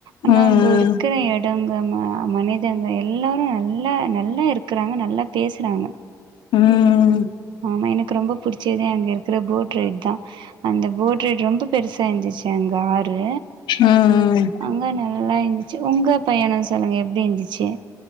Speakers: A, on the right; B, on the left.
A: ஆனா
B: ம்
A: அங்கோ இருக்கிற எ டங்க ம மனிதங்க எல்லாரு நல்லா நல்லா இருக்கிறாங்க நல்லா பேசுறாங்க
B: ம்
A: ஆமா எனக்கு ரொம்ப பிடிச்சதே அங்க இருக்கிற போட் ரைட் தா அந்த போட் ரைட் ரொம்ப பெருசா இருந்துச்சு எங்க ஆரு
B: ம் ம்
A: அங்க நல்லா இந்துச்சு ஒங்க பயணோ சொல்லுங்க எப்டி இந்துச்சு